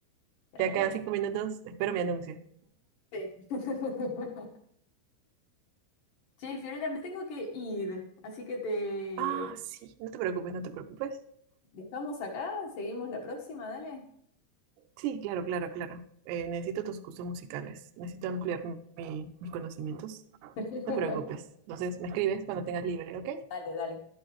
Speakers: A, on the left; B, on the right.
A: bueno.
B: Ya cada cinco minutos espero mi anuncio.
A: Sí. <laughs> Che, Fiorella, me tengo que ir, así que te
B: Ah,
A: eh,
B: sí, no te preocupes, no te preocupes.
A: dejamos acá, seguimos la próxima, dale.
B: Sí, claro, claro, claro. Eh, necesito tus gustos musicales. Necesito ampliar mi- mis conocimientos. No
A: <laughs>
B: te preocupes. Entonces, me escribes cuando tengas libre, ¿ok?
A: Dale, dale.